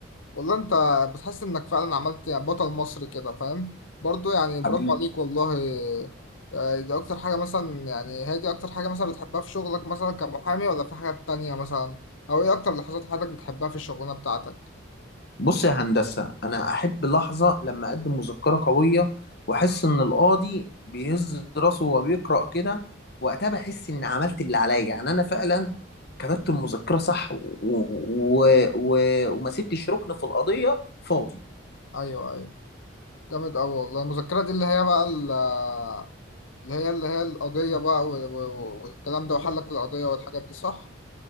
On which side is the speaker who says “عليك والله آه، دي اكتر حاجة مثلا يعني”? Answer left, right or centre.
Left